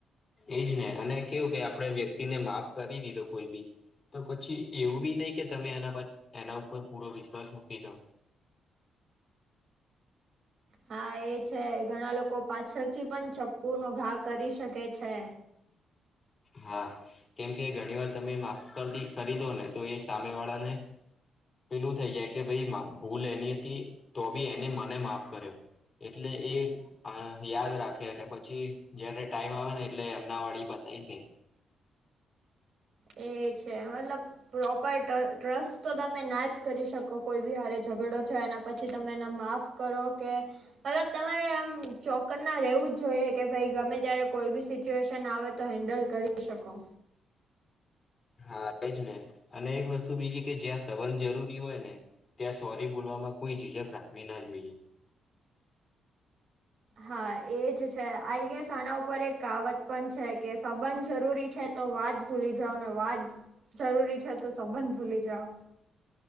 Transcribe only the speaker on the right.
હા એ છે ઘણા લોકો પાછળથી પણ ચપ્પુ નો ઘા કરી શકે છે.
એ છે <inaudible> મતલબ પ્રોપર ટ્રસ્ટ તો તમે ના જ કરી શકો કોઈ બી હરે ઝઘડો છો એના પછી તમે એને માફ, કરો કે, મતલબ તમારે આમ ચોકરના રહેવું જ જોઈએ કે ભાઈ ગમે ત્યારે કોઈ બી સિચ્યુએશન આવે, તો હેન્ડલ કરી શકો.
હા એ જ છે આઈ ગેસ આના ઉપર એક કાવત પણ છે કે સંબંધ જરૂરી છે તો વાત, ભૂલી જાઓ ને વાત જરૂરી છે, તો સંબંધ ભૂલી જાઓ.